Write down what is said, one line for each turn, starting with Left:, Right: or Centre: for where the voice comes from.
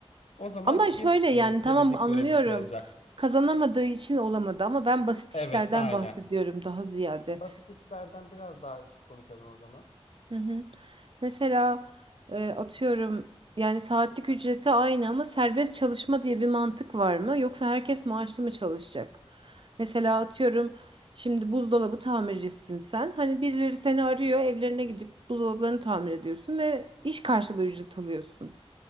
Left: O zaman
Right: Ama
Left: kim
Right: şöyle yani
Left: e, temizlik
Right: tamam anlıyorum.
Left: görevlisi olacak?
Right: Kazanamadığı için olamadı ama ben basit
Left: Evet,
Right: işlerden
Left: aynen.
Right: bahsediyorum daha ziyade.
Left: Basit işlerden biraz daha şey konuşalım o zaman.
Right: Hı hı. Mesela e, atıyorum yani saatlik ücreti aynı ama serbest çalışma diye bir mantık var mı? Yoksa herkes maaşlı mı çalışacak? Mesela atıyorum şimdi buzdolabı tamircisisin sen. Hani birileri seni arıyor evlerine gidip buzdolaplarını tamir ediyorsun ve iş karşılığı ücret alıyorsun.